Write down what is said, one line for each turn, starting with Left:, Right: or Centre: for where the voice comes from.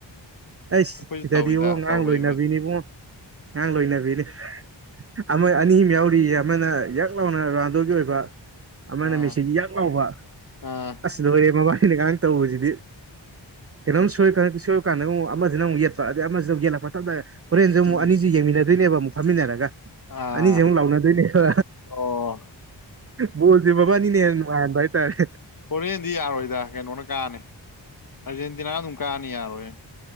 Right: ꯑꯩ
Left: ꯑꯩꯈꯣꯏꯁꯨ
Right: ꯁꯤꯗꯗꯤ
Left: ꯇꯧꯋꯤꯗ
Right: ꯏꯕꯉꯣ ꯉꯔꯥꯡ
Left: ꯇꯧꯕꯩꯕꯨꯗꯤ
Right: ꯂꯣꯏꯅꯕꯤꯅꯤ ꯏꯕꯉꯣ ꯉꯔꯥꯡ ꯂꯣꯏꯅꯕꯤꯅꯤ ꯑꯃ ꯑꯅꯤ ꯑꯝ ꯌꯥꯎꯔꯤꯌꯦ ꯑꯃꯅ ꯌꯥꯛ ꯂꯥꯎꯅ ꯔꫭꯅꯥꯟꯗꯣꯒꯤ ꯑꯣꯏꯕ ꯑꯃꯅ
Left: ꯑꯥ
Right: ꯃꯦꯁꯤꯒꯤ ꯌꯥꯥꯛ ꯂꯥꯎꯕ
Left: ꯑꯥ
Right: ꯑꯁ ꯂꯣꯏꯔꯦ ꯃꯕꯥꯅꯤꯅ ꯉꯔꯥꯡ ꯇꯧꯕꯁꯤꯗꯤ ꯀꯩꯅꯣꯝ ꯁꯣꯏꯀꯂꯛꯇ ꯁꯣꯏ ꯀꯥꯟꯗ ꯑꯃꯨꯛ ꯑꯃꯁꯤꯅ ꯑꯃꯨꯛ ꯌꯦꯠꯄ ꯑꯗꯒꯤ ꯑꯃꯗ ꯑꯃꯛ ꯌꯦꯠꯂꯛꯄꯊꯛꯇꯗ ꯇꯥꯛ ꯇꯥꯛ ꯍꯣꯔꯦꯟꯁꯨ ꯑꯃꯨꯛꯅꯤꯁꯤ
Left: ꯎꯝ
Right: ꯌꯦꯡꯃꯤꯟꯅꯗꯣꯏꯅꯦꯕ ꯑꯃꯨꯛ ꯐꯝꯃꯤꯟꯅꯔꯒ
Left: ꯑꯥ
Right: ꯑꯅꯤꯁꯦ ꯑꯃꯨꯛ ꯂꯥꯎꯅꯗꯣꯏꯅꯦꯕ
Left: ꯑꯣ
Right: ꯕꯣꯜꯁꯦ ꯃꯕꯥꯅꯤꯅ ꯍꯦꯟꯅ ꯅꯨꯡꯉꯥꯍꯟꯕ ꯍꯥꯏꯇꯥꯔꯦ
Left: ꯍꫭꯔꯦꯟꯗꯤ ꯌꯥꯔꯣꯏꯗ ꯀꯩꯅꯣꯅ ꯀꯥꯅꯤ ꯑꯔꯖꯦꯟꯇꯤꯅꯥꯅ ꯑꯗꯨꯝ ꯀꯥꯅꯤ ꯌꯥꯔꯣꯏ